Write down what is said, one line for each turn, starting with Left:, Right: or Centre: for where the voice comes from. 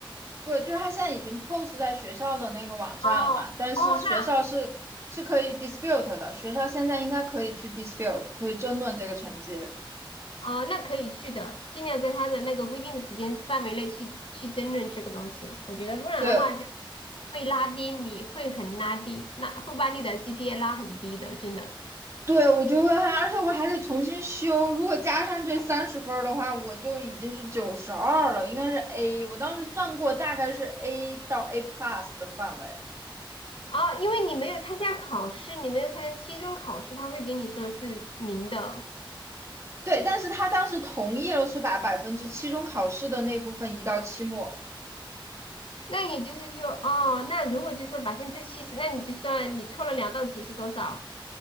Right: 不就是他现在已经 post 在学校的那个网站了嘛？
Left: 哦哦，
Right: 但是学校是是可以
Left: 那
Right: dispute 的，学校现在应该可以去 dispute，可以争论这个成绩。
Left: 哦，那可以去的，尽量在他的那个规定的时间范围内去去争论这个东西。我觉得不然的话就
Right: 对
Left: 会拉低你，会很拉低，那会把你的 GPA 拉很低的，真的。
Right: 对，我就会还，而且我还得重新修。如果加上这三十分儿的话，我就已经是九十二了，应该是 A。我当时算过，大概是 A 到 A plus 的范围。
Left: 哦，因为你没有参加考试，你没有参加期中考试，他会给你说是零的。
Right: 对，但是他当时同意了，是把百分之期中考试的那部分移到期末，
Left: 那也就是说，哦，那如果就说百分之七十，那你就算你错了两道题是多少？